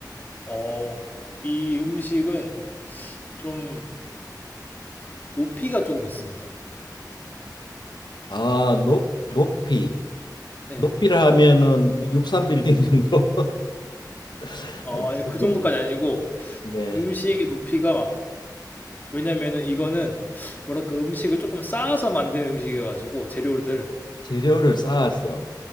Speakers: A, on the left; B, on the left.
A: 어 이 음식은 좀 높이가 조금 있습니다.
B: 아, 높 높이
A: 네.
B: 높이라 하면은 63빌딩 정도 <laughs>
A: 어 아니 그
B: 됩니다.
A: 정도까지 아니고
B: 네.
A: 음식의 높이가 왜냐면은 이거는 뭐랄까 음식을 조금 쌓아서 만든 음식이어 가지고 재료들
B: 재료를 쌓아서